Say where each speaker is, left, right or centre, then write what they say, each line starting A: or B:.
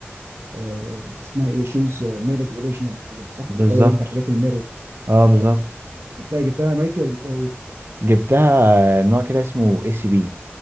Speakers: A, on the right (about 80°); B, on the right (about 60°).
A: آه، اسمها ايه شوز ميرور اوريجينال الحاجات دي صح
B: بالظبط
A: بتدور انت على حاجات الميرور
B: اه بالظبط
A: صح جبتها جبتها نايكي ولا جبتها ايه
B: جبتها نوع كده اسمه اس بي